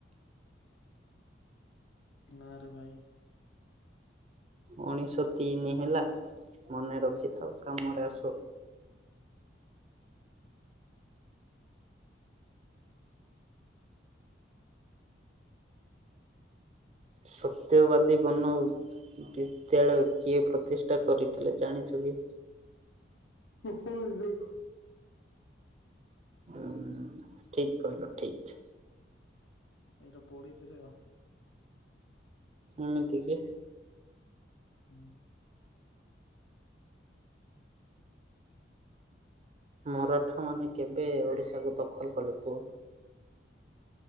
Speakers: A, on the left; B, on the right.
A: ନାଁରେ ଭାଇ।
B: ଉଣେଇଶ ତିନି ହେଲା ମନେ ରଖିଥାଅ କାମରେ ଆସ। ସତ୍ୟବାଦୀ ବନ ବିଦ୍ୟାଳୟ କିଏ ପ୍ରତିଷ୍ଠା କରିଥିଲେ ଜାଣିଛ କି?
A: <unintelligible>
B: ଅ ଠିକ୍ କହିଲ ଠିକ୍।
A: ଏଇଟା ପଡିଚିରେ ବା
B: ଏମିତି କି
A: ହୁଁ।
B: ମରାଠା ମାନେ କେବେ ଓଡ଼ିଶାକୁ ଦଖଲ କଲେ କୁହ?